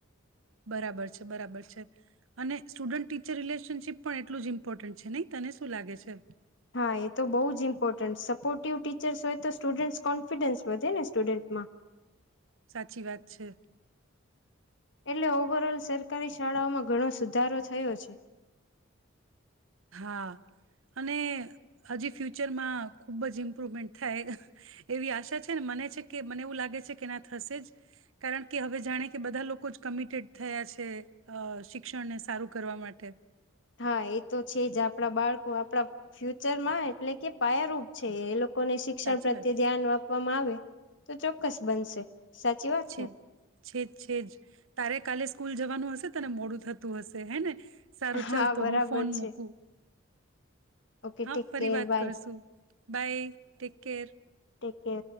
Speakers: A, on the right; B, on the left.
A: બરાબર છે બરાબર છે અને સ્ટુડન્ટ ટીચર રિલેશનશીપ પણ એટલું જ ઇમ્પોર્ટન્ટ છે નહી તને શું લાગે છે.
B: હા એ તો બહુ જ ઇમ્પોર્ટન્ટ સપોર્ટિવ ટીચર્સ હોય તો સ્ટુડન્ટસ કોન્ફિડન્સ વધે ને સ્ટુડન્ટમાં.
A: સાચી વાત છે.
B: એટલે ઓવરઓલ સરકારી શાળાઓમાં ઘણો સુધારો થયો છે.
A: હા અને હજી ફ્યુચરમાં ખૂબ જ ઇમ્પ્રુવમેન્ટ થાય એવી આશા છે ને મને છે કે મને એવું લાગે છે કે ના થશે જ કારણ કે હવે જાણે કે બધા લોકો જ કમિટેડ થયા છે શિક્ષણને સારું કરવા માટે.
B: હા એ તો છે જ આપણા બાળકો આપણા ફ્યુચર માં એટલે કે પાાયારૂપ છે એ લોકો. લોકોને શિક્ષણ
A: સાચી
B: પ્રત્યે
A: વાત
B: ધ્યાન આપવામાં આવે તો ચોક્કસ. બનશે. સાચી વાત
A: છેદ
B: ને
A: છેદ છેદ તારે કાલે સ્કૂલ જવાનું હશે તને મોડું થતું હશે હે ને. સારું
B: હા
A: ચાલ તો
B: બરાબર
A: હું ફોન મૂકું.
B: છે ઓકે
A: હા
B: ટેક
A: ફરી
B: કેર
A: વાત
B: બાય
A: કરશું બાય ટેક કેર.
B: ટેકે.